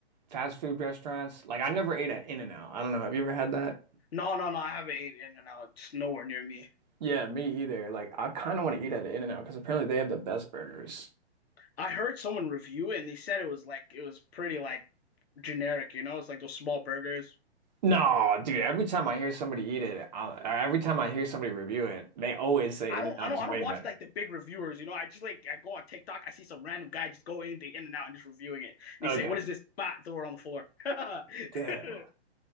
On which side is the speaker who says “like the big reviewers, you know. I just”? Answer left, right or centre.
Left